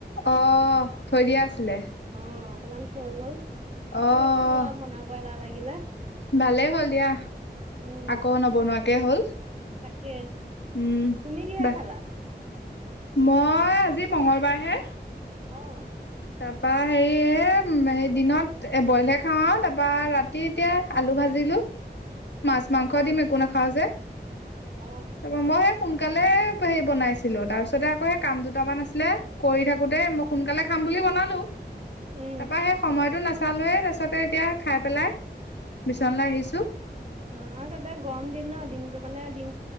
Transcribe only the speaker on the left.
অহ থৈ দিয়া আছিলে?
অহ,
ভালেই হ'ল দিয়া।
আকৌ নবনোৱাকে হল।
উম
বা
মই আজি মঙ্গলবাৰ হে।
তাৰপা হেৰি এ হেৰি দিনত এ বইলহে খাওঁ আও, তাৰপা ৰাতি এতিয়া আলু ভাজি জিলো।
মাছ, মাংস,
দিম একো নাখাওঁ যে,
তাপা মই হে সোণ কালে হেৰি বনাইছিলো তাৰপিছতে আকৌ সেই কাম দুটামান আছিলে, কৰি থাকোতে মই সোনকালে খাম বুলি বনালো,
তাৰপা সেই সময়টো নাচালোৱে তাৰিছতে এতিয়া খায় পেলাই বিচনালৈ
আহিছো